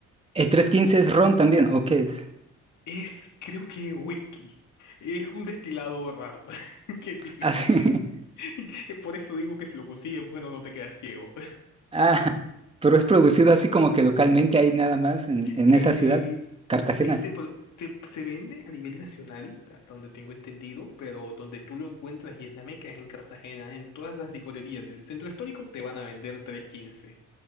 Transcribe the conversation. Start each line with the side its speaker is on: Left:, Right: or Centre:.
Right: el trescientos quince es ron también, ¿o qué es?
Left: Es, creo que whisky. Es un destilado raro, <laughs> que
Right: <laughs>
Left: es difícil.
Right: Así. Ah, sí. <laughs>
Left: <laughs> Por eso digo que si lo consigues, bueno, no te quedas ciego.
Right: Ah, pero es producido así como que localmente ahí nada más en, en
Left: Eh,
Right: esa ciudad, Cartagena.
Left: este pro- te- se vende a nivel nacional, hasta donde tengo entendido, pero donde tú lo encuentras y es la meca es en Cartagena. En todas las licorerías del centro histórico te van a vender tres quince